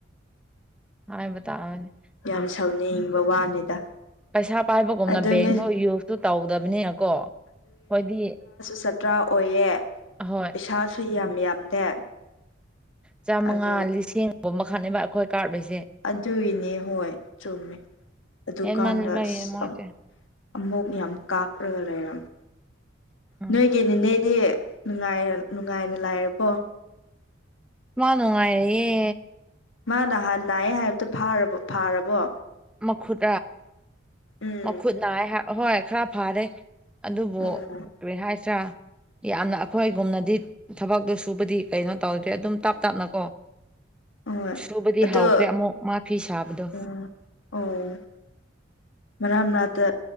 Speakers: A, in the centre; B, on the left.
A: ꯑ ꯍꯥꯏꯕ ꯇꯔꯦꯅꯦ꯫
B: ꯌꯥꯝ ꯁꯥꯎꯅꯤꯡꯕ ꯋꯥꯅꯤꯗ꯫
A: ꯄꯩꯁꯥ ꯄꯥꯏꯕꯒꯨꯝꯅ
B: ꯑꯗꯨꯅꯦ
A: ꯕꯦꯡꯗꯣ ꯌꯨꯁꯇꯨ ꯇꯧꯗꯕꯅꯤꯅꯀꯣ ꯑꯈꯣꯏꯗꯤ꯫
B: ꯁꯠ ꯇ꯭ꯔꯥ ꯑꯣꯏꯌꯦ꯫
A: ꯍꯣꯏ꯫
B: ꯄꯩꯁꯥꯁꯨ ꯌꯥꯝ ꯌꯥꯝꯗꯦ꯫
A: ꯆꯥꯝꯃꯉꯥ
B: ꯑꯗꯨ
A: ꯂꯤꯁꯤꯡꯐꯥꯎ ꯃꯈꯥꯅꯦꯕ ꯑꯩꯈꯣꯏ ꯀꯥꯞꯔꯤꯁꯦ꯫
B: ꯑꯗꯨꯒꯤꯅꯦ ꯍꯣꯏ ꯆꯨꯝꯃꯦ ꯑꯗꯨꯀꯥꯟꯗ
A: ꯍꯦꯟꯃꯟꯕꯒꯤ
B: ꯑꯁ
A: ꯃꯣꯏꯁꯦ
B: ꯑꯃꯨꯛ ꯌꯥꯝ ꯀꯥꯥꯛꯂꯒ ꯂꯩꯔꯝꯃꯤ
A: ꯎꯝ
B: ꯅꯣꯏꯒꯤ ꯅꯤꯅꯦ ꯍꯧꯖꯤꯛꯇꯤ ꯅꯨꯡꯉꯥꯏ ꯅꯨꯡꯉꯥꯏꯅ ꯂꯥꯏꯔꯕꯣ꯫
A: ꯃꯥ ꯅꯨꯡꯉꯥꯏꯔꯤꯌꯦ꯫
B: ꯃꯥ ꯅꯍꯥꯟ ꯂꯌꯦ ꯍꯥꯏꯕꯗꯣ ꯐꯥꯔ ꯐꯥꯔꯕꯣ꯫
A: ꯃꯈꯨꯠ
B: ꯎꯝ
A: ꯃꯈꯨꯠ ꯅꯥ ꯍꯣꯏ ꯈꯔ ꯐꯔꯦ꯫ ꯑꯗꯨꯕꯨ꯫
B: ꯑꯣ
A: ꯀꯔꯤ ꯍꯥꯏꯁꯤꯔꯥ ꯌꯥꯝꯅ ꯑꯩꯈꯣꯏꯒꯨꯝꯅꯗꯤ ꯊꯕꯛꯇꯣ ꯁꯨꯕꯗꯤ ꯀꯩꯅꯣ ꯇꯧꯗꯦ ꯑꯗꯨꯝ ꯇꯞ ꯇꯞꯅꯀꯣ
B: ꯍꯣꯏ
A: ꯁꯨꯕꯗꯤ
B: ꯑꯗꯣ
A: ꯍꯥꯎꯈ꯭ꯔꯦ ꯑꯃꯨꯛ ꯃꯥ ꯐꯤ ꯁꯥꯕꯗꯣ꯫
B: ꯎꯝ ꯑꯣ꯫ ꯃꯔꯛ ꯃꯔꯛꯇ